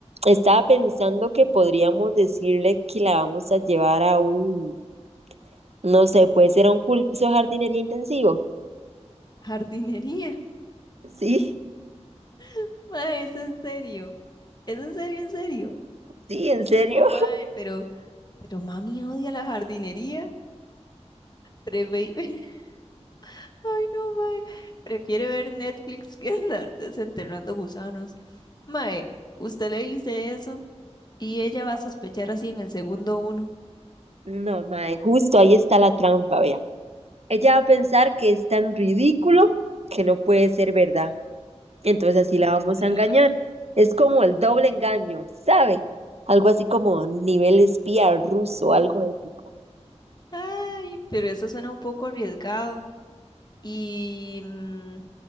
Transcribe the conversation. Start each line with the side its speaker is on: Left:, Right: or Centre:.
Right: estaba pensando que podríamos decirle que la vamos a llevar a un, no sé, puede ser a un curso de jardinería intensivo.
Left: Jardinería.
Right: Sí.
Left: <laughs> Mae, es en serio. Es en serio, en serio.
Right: Sí, ¿en serio?
Left: Mae, pero, pero mami odia la jardinería. Preve- <laughs> Ay, no, mae. Prefiere ver Netflix <laughs> que andar desenterrando gusanos. Mae, usted le dice eso y ella va a sospechar así en el segundo uno.
Right: No, mae, justo ahí está la trampa, vea. Ella va a pensar que es tan ridículo que no puede ser verdad. Entonces así la vamos
Left: Eh.
Right: a engañar. Es como el doble engaño, ¿sabe? Algo así como nivel espía ruso, algo épico.
Left: Ay, pero eso suena un poco arriesgado. Y mm,